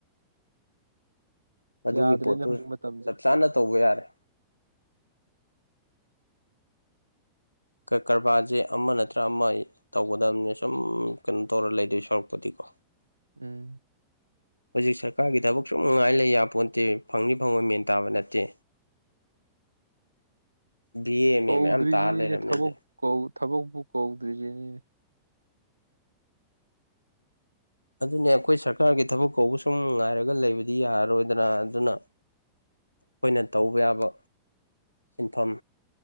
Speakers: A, on the left; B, on the right.
A: ꯑꯗꯨꯒꯤ
B: ꯌꯥꯗ꯭ꯔꯦꯅꯦ
A: ꯄꯣꯠꯇꯨ
B: ꯍꯧꯖꯤꯛ ꯃꯇꯝꯁꯦ
A: ꯆꯞ ꯆꯥꯅ ꯇꯧꯕ ꯌꯥꯔꯦ ꯀꯔ ꯀꯔꯕꯥꯔꯁꯦ ꯑꯃ ꯅꯠꯇ꯭ꯔ ꯑꯃ ꯇꯧꯒꯗꯕꯅꯦ ꯁꯨꯝ ꯀꯩꯅꯣ ꯇꯧꯔ ꯂꯩꯗꯣꯏ ꯁꯔꯨꯛꯄꯗꯤꯀꯣ
B: ꯎꯝ
A: ꯍꯧꯖꯤꯛ ꯁꯔꯀꯥꯔꯒꯤ ꯊꯕꯛ ꯁꯨꯝ ꯅꯨꯡꯉꯥꯏ ꯂꯩ ꯌꯥꯕ ꯄꯣ ꯅꯠꯇꯦ ꯐꯪꯗꯤ ꯐꯪꯉꯣꯏ ꯃꯦꯟ ꯇꯥꯕ ꯅꯠꯇꯦ ꯕꯤ ꯑꯦ ꯑꯦꯝ
B: ꯀꯧꯗ꯭ꯔꯤꯁꯤꯅꯤꯅꯦ
A: ꯑꯦ ꯃꯌꯥꯝ ꯇꯥꯔ ꯂꯩꯔꯕꯅꯦ
B: ꯊꯕꯛ
A: ꯍꯧꯖꯤꯛ
B: ꯊꯕꯛꯄꯨ ꯀꯧꯗ꯭ꯔꯤꯁꯤꯅꯤꯅꯦ
A: ꯑꯗꯨꯅꯦ ꯑꯩꯈꯣꯏ ꯁꯔꯀꯥꯔꯒꯤ ꯊꯕꯛ ꯀꯧꯕ ꯁꯨꯝ ꯉꯥꯏꯔꯒ ꯂꯩꯕꯗꯤ ꯌꯥꯔꯔꯣꯏꯗꯅ ꯑꯗꯨꯅ ꯑꯩꯈꯣꯏꯅ ꯇꯧꯕ ꯌꯥꯕ ꯁꯤꯟꯐꯝ